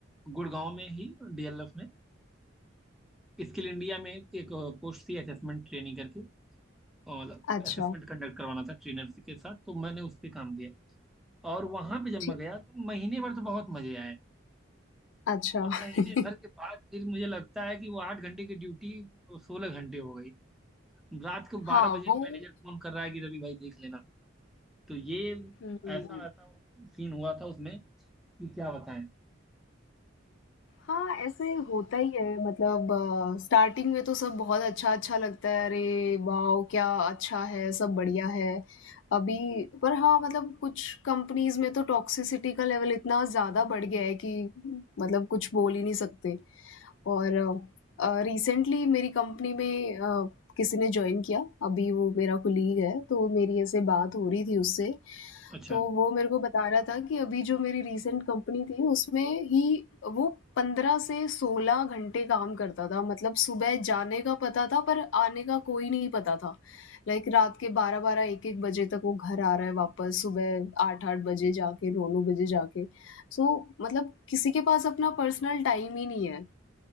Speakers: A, in the centre; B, on the left.
A: गुड़गांव में ही डीएलएफ में स्किल इंडिया में एक पोस्ट थी असेसमेंट ट्रेनिंग करके और मतलब
B: अच्छा,
A: असेसमेंट कंडक्ट करवाना था ट्रेनर के साथ तो मैंने उस पर काम किया और वहां पे जब
B: ठीक,
A: मैं गया तो महीने भर तो बहुत मजे आए
B: अच्छा।
A: और
B: <laughs>
A: महीने भर के बाद फिर मुझे लगता है कि वो आठ घंटे की ड्यूटी सोलह घंटे हो गई रात को
B: हाँ,
A: बारह बजे
B: वो
A: मैनेजर फोन कर रहा है कि रवि भाई देख लेना तो ये
B: हुँ।
A: ऐसा ऐसा सीन हुआ था उसमें कि क्या बताएं
B: हाँ, ऐसे होता ही है मतलब स्टार्टिंग में तो सब बहुत अच्छा-अच्छा लगता है अरे वाओ! क्या अच्छा है, सब बढ़िया है। अभी पर हाँ, मतलब कुछ कंपनीज़ में तो टॉक्सिसिटी का लेवल इतना ज़्यादा बढ़ गया है कि मतलब कुछ बोल ही नहीं सकते। और अ, रिसेंटली मेरी कंपनी में अ, किसी ने जॉइन किया, अभी वो मेरा कोलीग है, तो मेरी ऐसे बात हो रही थी उससे
A: अच्छा
B: तो वो मेरे को बता रहा था कि अभी जो मेरी रीसेंट कंपनी थी, उसमें ही वो 15 से 16 घंटे काम करता था। मतलब सुबह जाने का पता था, पर आने का कोई नहीं पता था। लाइक रात के 12-12, 1-1 बजे तक वो घर आ रहा है वापस, सुबह 8-8 बजे जाके, 9-9 बजे जाके। सो मतलब किसी के पास अपना पर्सनल टाइम ही नहीं है